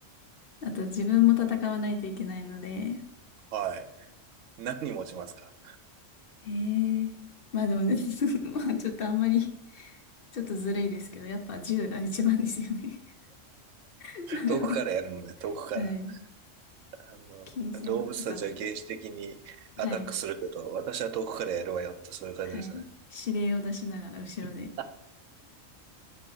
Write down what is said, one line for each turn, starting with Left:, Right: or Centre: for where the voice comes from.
Left: あと、自分も戦わないといけないので、
Right: はい。何持ちますか
Left: ええまあでもね、<laughs> まあちょっとあんまり、ちょっとずるいですけど、やっぱ銃が一番ですよね。<laughs>
Right: 遠くからやるのね、遠くから。
Left: はい。
Right: あの、
Left: 金銭とかなんか、
Right: 動物たちは原始的にアタックするけど、
Left: はい。
Right: 私は遠くからやるわよって、そういう感じですね。
Left: はい。指令を出しながら後ろで。
Right: あ